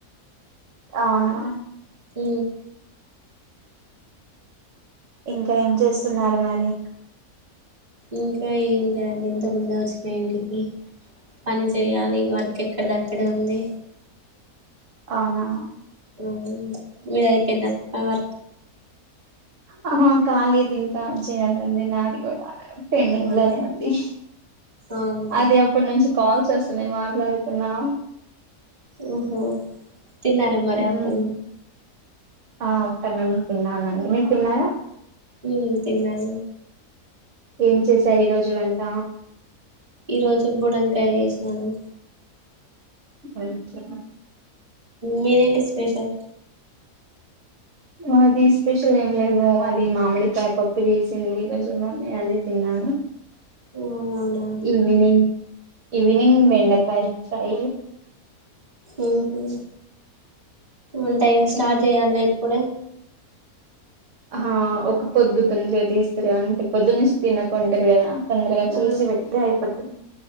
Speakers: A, on the right; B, on the right.
A: అవునా
B: ఊ
A: ఇంకా ఏం చేస్తున్నారు మరి
B: ఇంకా ఏంటండి ఇంత ముందే వచ్చినా ఇంటికి పని చేయాలి వర్క్ ఎక్కడిదక్కడే ఉంది
A: అవునా
B: ఊ నీదయిపోయిందమ వర్కు
A: ఆహా కాలేదు ఇంకా చేయాలండి నాది కూడా పెండింగ్
B: అవును
A: లోనే ఉంది
B: అవునా
A: అది అప్పటి నుంచి కాల్ చేస్తున్నాయి మాట్లాడుతున్నా
B: ఓహో తిన్నారా మరి
A: మ్మ్
B: ఆఫ్టర్నూన్
A: ఆ అస్తననే తిన్నానండి మీరు తిన్నారా
B: ఊ తిన్నాను
A: ఏం చేశారు ఈ రోజు వంట
B: ఈ రోజు బుడంకాయ చేస్ నను
A: ఐతే
B: మీదేంటి స్పెషల్
A: మాది స్పెషల్ ఏం లేదు అది మామిడికాయ పప్పు చేసింది రజున నే అది తిన్నాను
B: ఆ అవునా
A: ఈవినింగ్ ఈవినింగ్ బెండకాయ ఫ్రై
B: ఉహు ఉంటాయి
A: ఉమ్,
B: స్టార్ట్ చేయాల్నా ఇప్పుడే
A: ఆ ఒక పొద్దు తొందరగా తీస్తారుగా అంటే పొద్దు నుంచి తినకుండ ఉంటరు కదా తొందరగా
B: ఆ
A: చేసి పెట్టితే అయి అతే